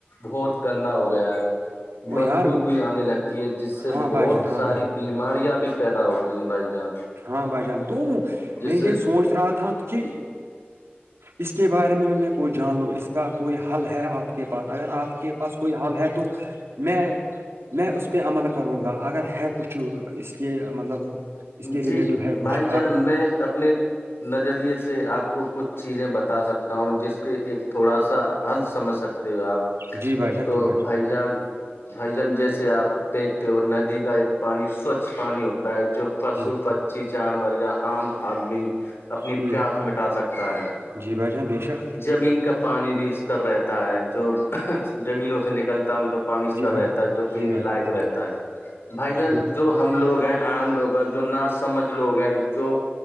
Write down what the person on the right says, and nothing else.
او
یار
ہاں
بھائی جان ہاں
بھائی جان
ہاں بھائی جان تو
میں یہ
سوچ رہا تھا کہ اس کے بارے میں میں کوئی جان لو اس کا کوئی حل ہے آپ کے پاس اگر آپ کے پاس کوئی حال ہے تو میں میں اس پہ عمل کروں گا اگر ہے کچھ اس کے مطلب اس کے ریلیٹو
ہے کچھ
جی بھائی جان
جی
جی
جی
جی بھائی جان بے شک
جی بھائی
جان
جی بھائی
جان
جی